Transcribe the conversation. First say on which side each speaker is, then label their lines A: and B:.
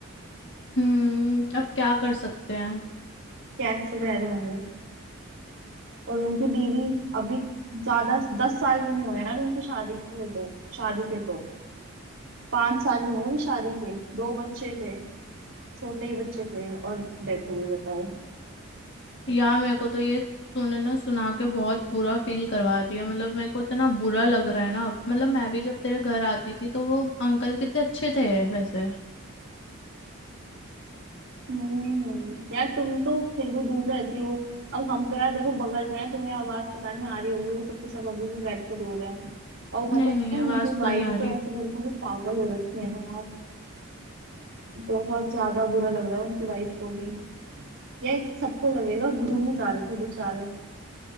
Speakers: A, on the left; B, on the right.
A: हम्म अब क्या कर सकते हैं
B: कैसे रह रहे होंगे और उनकी बीवी अभी ज्यादा दस साल भी नहीं हुए यार उनकी शादी के लिए तो शादी के तो पांच साल ही हुए अभी शादी के दो बच्चे थे छोटे ही बच्चे थे और डेथ हो गई बताओ
A: यार मेरे को तो ये तूने ना सुना के बहुत बुरा फील करवा दिया मतलब मेरे को इतना बुरा लग रहा है ना अब मतलब मैं भी जब तेरे घर आती थी तो वो अंकल कितने अच्छे थे वैसे
B: हम्म यार तुम तो फिर भी दूर रहती हो अब हम तो यार देखो बगल में है तुम्हें आवाज पता नहीं आ रही होगी वो सबके सब अभी भी बैठ के रो रहे हैं और पता
A: नहीं नहीं
B: है
A: आवाज
B: उनकी वाइफ
A: तो नहीं आ रही
B: तो ऐसे बिल्कुल ही पागल हो रखी है ना यार बहुत ज्यादा बुरा लग रहा है उनकी वाइफ को भी यार सबको लगेगा घूमने जा रहे थे बेचारे